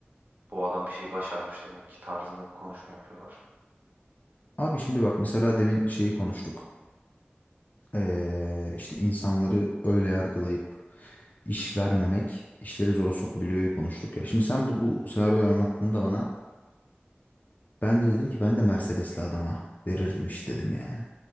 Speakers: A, on the right (about 45°); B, on the left (about 40°).
A: Bu adam bir şey başarmış demek ki tarzında bir konuşma yapıyorlar.
B: Abi şimdi bak mesela demin şeyi konuştuk. Ee, işte insanları öyle yargılayıp iş vermemek işleri zora sokabiliyor konuştuk ya. Şimdi sen bu, bu senaryoyu anlattığında bana ben de dedim ki ben de Mercedes'li adama verirdim iş dedim yani.